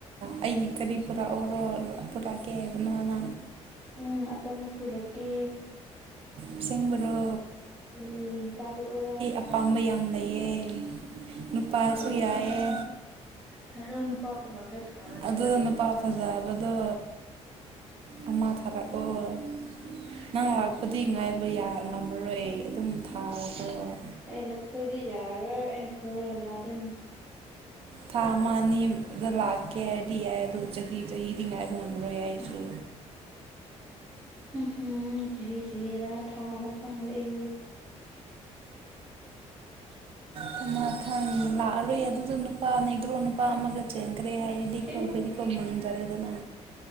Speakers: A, on the right (about 50°); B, in the centre.
A: ꯑꯩꯒꯤ ꯀꯔꯤ ꯄꯨꯔꯛ ꯑꯣꯔꯣ ꯄꯨꯔꯛ ꯀꯦ ꯍꯥꯏꯕꯅꫭꯅ꯫
B: ꯎꯝ ꯑꯄꯥꯝꯕ ꯄꯨꯔꯛꯀꯦ꯫
A: ꯑꯁꯤꯡꯕꯔꯣ꯫
B: ꯑꯣꯏ ꯅꯨꯄꯥ ꯄꫭꯔꯛ ꯑꯣꯔꯥ꯫
A: ꯑꯄꯥꯝꯕ ꯌꯥꯝ ꯂꯩꯌꯦ ꯅꯨꯄꯥꯁꯨ
B: ꯍꯥꯏꯔꯛꯑꫭ
A: ꯌꯥꯏꯌꯦ
B: ꯍꯥꯏꯔꯛꯑꫭ ꯅꯨꯄꯥ ꯄꯨꯔꯛꯀ‌ꯦ ꯊꯥꯔꯛꯀ‌ꯦ
A: ꯑꯗꯨꯗ
B: ꯍꯥꯏꯔ‌‌ꯣ꯫
A: ꯅꯨꯄꯥ ꯐꯖꯕꯗꯣ꯫ ꯑꯃ ꯊꯥꯔꯛꯑꯣ ꯅꯪ ꯂꯥꯛꯄꯗꯤ ꯉꯥꯏꯕ ꯌꯥ꯫ ꯉꯝꯃꯔꯣꯏ ꯑꯗꯨꯝ ꯊꯥꯈ꯭ꯔꯣ
B: ꯑꯩ ꯂꯛꯇꯗꯤ ꯌꯥꯔꯣꯏ ꯑꯩꯅ ꯄꯨꯔꯒ ꯂꯥꯗꯣꯝ꯫
A: ꯊꯥ ꯑꯃ ꯑꯅꯤꯗ ꯂꯥꯛꯀ‌ꯦ ꯍꯥꯏꯔꯗꯤꯌꯥꯏ ꯑꯗꫭ ꯆꯍꯤ ꯆꯍꯤꯗꯤ ꯉꯥꯏꯕ꯫ ꯉꯝꯃꯔꯣꯏ ꯑꯩꯁꯨ
B: ꯫ ꯎꯝꯍꯨꯝ ꯆꯍꯤ ꯆꯍꯤꯔ ꯊꯥꯔ ꯈꯪꯗ‌ꯦ ꯑꯩꯁꯨ꯫ ꯫
A: ꯊꯨꯃꯈꯪ ꯂꯥꯛꯑꯔꯣꯏ ꯑꯗꯨꯗ ꯅꯨꯄꯥ ꯅ‌ꯦꯒ꯭ꯔꯣ ꯅꯨꯄꯥ ꯑꯃꯒ ꯆꯦꯟ꯫ ꯀ꯭ꯔꯦ ꯍꯥꯏꯔꯗꯤꯀꯣ
B: ꯍꯦ
A: ꯈꫭꯏꯗꯤꯀꫭ ꯃꯥꯡꯖꯔꯦꯗꯅ꯫